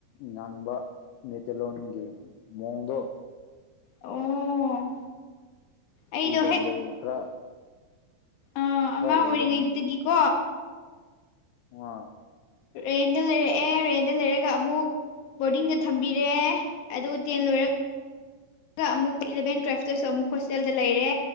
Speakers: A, on the left (about 80°); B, on the left (about 60°).
A: ꯉꯥꯡꯕ ꯃꯩꯇꯩꯂꯣꯟꯒꯤ ꯃꯑꯣꯡꯗꯣ
B: ꯑꯣ ꯑꯩꯗꯣ
A: ꯁꯤꯗ ꯂꯩꯕ ꯈꯔꯥ
B: ꯑꯥ ꯑꯉꯥꯡ
A: ꯂꯩꯕ
B: ꯑꯣꯏꯔꯤꯉꯩꯗꯒꯤꯀꯣ
A: ꯋꯥ
B: ꯔꯦꯟꯗ ꯂꯩꯔꯛꯑꯦ ꯔꯦꯟꯗ ꯂꯩꯔꯒ ꯑꯃꯨꯛ ꯕꯣꯔꯗꯤꯡꯗ ꯊꯝꯕꯤꯔꯦ ꯑꯗꯨꯒ ꯇꯦꯟ ꯂꯣꯏꯔ ꯑꯗꯨꯒ ꯑꯃꯨꯛ ꯏꯂꯚꯦꯟ ꯇꯨꯋꯦꯜꯐꯇꯁꯨ ꯑꯃꯨꯛ ꯍꯣꯁꯇꯦꯜꯗ ꯂꯩꯔꯦ